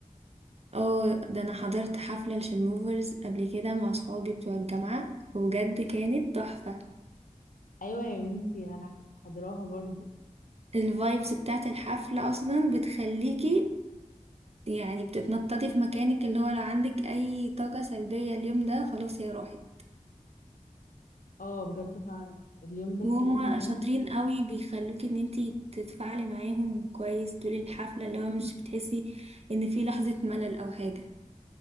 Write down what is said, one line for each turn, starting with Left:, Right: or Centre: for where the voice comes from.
Right: اه ده انا حضرت حفلة لشلموفرز قبل كده مع صحابي بتوع الجامعة وبجد كانت تحفة
Left: ايوه يا بنتي انا كنت حاضراها برضو
Right: الفايبس بتاعت الحفلة اصلا بتخليكي يعني بتتنططي في مكانك اللي هو لو عندك اي طاقة سلبية اليوم ده خلاص هي راحت
Left: اه بجد فعلا اليوم ده
Right: وهم
Left: كان جامد
Right: شاطرين قوي بيخلوكي ان انتي تتفاعلي معاهم كويس طول الحفلة اللي هو مش بتحسي ان في لحظة ملل او حاجة